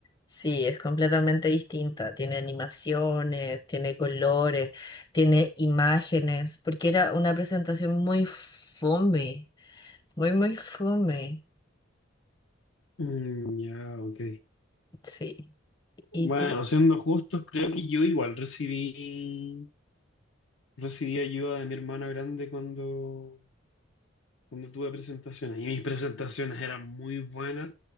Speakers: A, on the left; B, on the left.
A: Sí, es completamente distinta. Tiene animaciones, tiene colores, tiene imágenes, porque era una presentación muy fome, muy, muy fome.
B: Mm, ya, ok.
A: Sí. ¿Y
B: Bueno,
A: tú?
B: siendo justos, creo que yo igual recibí. Recibí ayuda de mi hermana grande cuando, cuando tuve presentaciones. Y mis presentaciones eran muy buenas